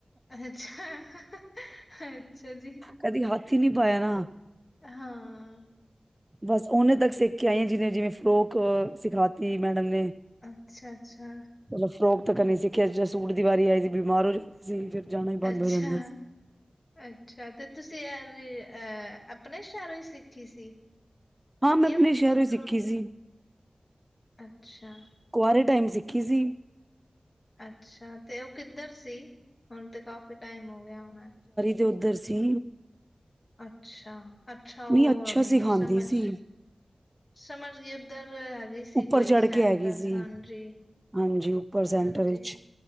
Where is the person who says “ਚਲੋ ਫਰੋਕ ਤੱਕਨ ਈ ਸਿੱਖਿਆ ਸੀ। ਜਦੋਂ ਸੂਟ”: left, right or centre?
Right